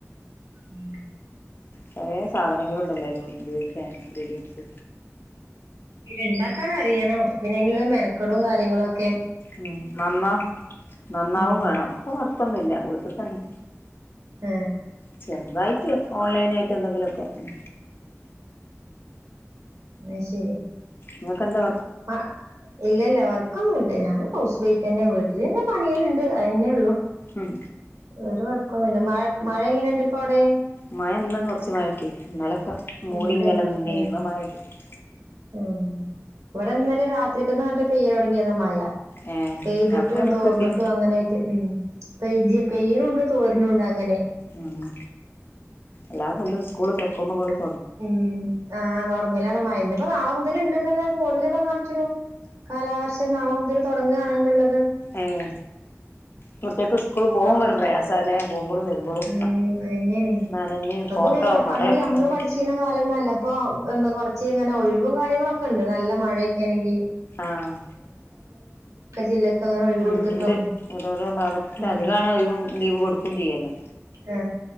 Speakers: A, on the right (about 80°); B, on the left (about 45°).
A: ഉം
B: പഴേ സാധനങ്ങളുണ്ടല്ലേലു ഉപയോഗിക്ക ക്കാൻഇൻഗ്രീഡിയൻസ്
A: ഇണ്ടാക്കാനറിയണം പിന്നെ അയിനുള്ളത് മെ വെക്കടും കാര്യങ്ങളും ഒക്കെ
B: ഉം നന്നാ നന്നാവും
A: ഉം
B: വേണം ഇപ്പ വർക്കൊന്നുംല്ല വീട്ടി തന്നെ
A: ഏ
B: ചെറുതായിട്ട് ഓൺലൈൻ ആയിട്ട് എന്തെങ്കിലും കെ ഉം
A: അയ്ശരി
B: നിങ്ങക്കെന്താ
A: ആ ഇല്ലല്ല വർക്കൊന്നുമില്ല ല്ല ഞാൻ ഹൗസ് വൈഫ്ന്നെ വീട്ടിൽന്നെ പണികളുണ്ട് അത് തന്നെ ഉള്ളു
B: ഉം
A: വേറെ വർക്കൊന്നുമില്ല മഴ മഴ എങ്ങനെയുണ്ട് ഇപ്പൊ അവിടെ
B: മഴ ഇന്ന് കൊറച്ച് മഴ കിട്ടി ഇന്നലൊക്കെ മൂടിങ്ങനെന്ന
A: ഇണ്ട്ല്ലേ
B: നിന്നിനി
A: ഉം
B: ഇന്ന് മഴ കിട്ടി
A: ഉം ഇവിടെ ഇന്നല രാത്രിക്കന്ന് പറഞ്ഞിട്ട് പെയുൽ തുങ്ങിയതാ മഴ
B: ഏഹ്
A: പെയ്തിട്ടും
B: രാത്രി നമ്മക്ക്
A: തോർന്നിട്ടും
B: കിട്ടി
A: അങ്ങനെയൊക്കെ ഉം പെയ് പെയ്യണുമുണ്ട് തോരണുണ്ട് അങ്ങനെ
B: ഉം എല്ലാ കൊല്ലോം സ്കൂള് തൊറ ക്കുമ്പോ അങ്ങട്ട്
A: ഉം ആഹ് തുടങ്ങലാണ് മഴ ഇന്നിപ്പ നാളെ മുതലിണ്ട് എന്നല്ലാം ഫോണിൽ ഇപ്പോ കാണിച്ചല്ലോ കാലാവർഷം നാളെ മുതൽ തുടങ്ങാണ് എന്നുള്ളത്
B: ഉം കുട്ടികക്ക് സ്കൂൾ പോകുമ്പോ
A: ആഹ്
B: ഒരു പ്രയാസാല്ലേ പോകുമ്പോളും വരുമ്പോളും
A: ഉം അതന്നയാണേ
B: നനഞ്ഞ്
A: അപ്പൊ
B: കോട്ടോ
A: പിന്നെ
B: കൊടയൊക്കെ
A: പണ്ട് നമ്മള്
B: കൊണ്ട്
A: പഠിച്ചിരുന്ന കാലം നല്ല ഇപ്പൊ എന്താ കുറച്ച് ഇങ്ങനെ ഒഴിവും കാര്യങ്ങളൊക്കെ ഉണ്ട് നല്ല മഴയൊക്കൊണെങ്കി
B: ആഹ്
A: ജില്ലക്ക് അങ്ങനെ ഒഴിവ്
B: ഉം
A: കൊടുത്തിട്ടും
B: ഉണ്ട് ഒരോരോ ഭാഗത്ത്
A: ഉം
B: അധികമാണ് ഒഴു ലീവ് കൊടുക്കും ചെയ്യല്ലോ
A: ആ